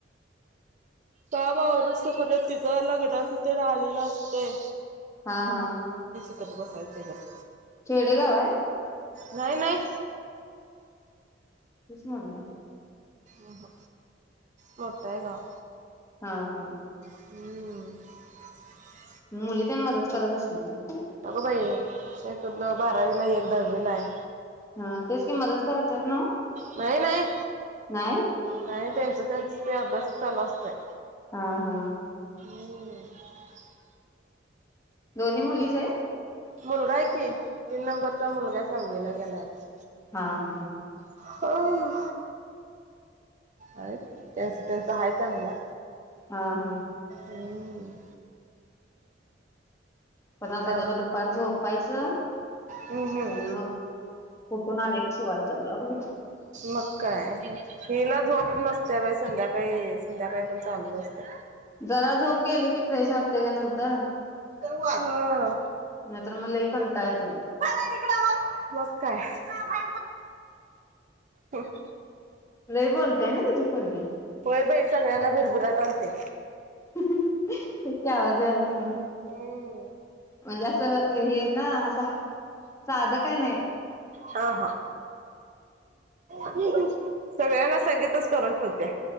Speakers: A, on the right; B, on the left.
A: काम आवरतोस पर्यत तिचं ते लग्नाचं तेण आलेलं असतय
B: हा हा.
A: बसायच गप
B: खेडे गाव हाय?
A: नाही नाही
B: तेच म्हटलं
A: आम्हम मोठ आहे गाव
B: हा हम
A: हु हु हु
B: मुली त्यांना मदत करत असतील की
A: अग बाई एक बारावीला एक दहावीला आहे
B: हा तेच काही मदत करतात ना
A: नाही नाही
B: नाही
A: नाही त्यांचं त्यांचं ते अभ्यासात चालू असते
B: हा हा
A: हम्म
B: दोन्ही मुलीच हाय?
A: मुलगा आहे की. तीन नंबरचा मुलगा हाय नववीला गेलाय आता
B: हा हा
A: ह अ आहे त्यांच त्यांच आहे चांगलं
B: हा हा
A: हम्म
B: पण आता
A: चांग
B: जरा दुपार झोप पायच आणि
A: हम्म हम्म
B: मग कुठून आने. शिवायचा ब्लाउज.
A: मग काय हेला झोप नस्तिया बाई संध्याकाळी संध्याकाळी पण चालू असतय.
B: जरा झोप गेली कि फ्रेश वाटते ग नंतर.
A: ह
B: तर मला लय कंटाळतेय
A: मग काय हा ह.
B: लय बोलताय ना तुझी पोरगी.
A: होय बाई सगळ्यांना भिरभिरात आणत्या
B: तेच की आवाज यायलाय नव्ह
A: हम्म
B: म्हणजे अस हे ना अस हा साधं काय नाही?
A: हा हा <inaudible> सगळ्यांना संगीतच करून ठेवत्या.